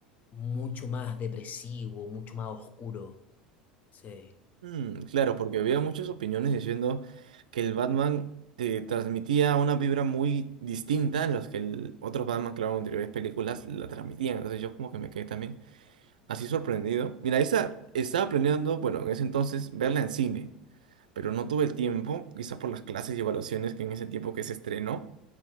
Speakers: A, on the left; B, on the right.
A: mucho más depresivo, mucho más oscuro. Sí.
B: Mm, claro, porque había muchas opiniones diciendo que el Batman te transmitía una vibra muy distinta a las que el otros Batman, claro, en anteriores películas la transmitían. Entonces yo como que me quedé también así sorprendido. Mira, esa estaba planeando, bueno, en ese entonces verla en cine, pero no tuve el tiempo, quizás por las clases y evaluaciones que en ese tiempo que se estrenó,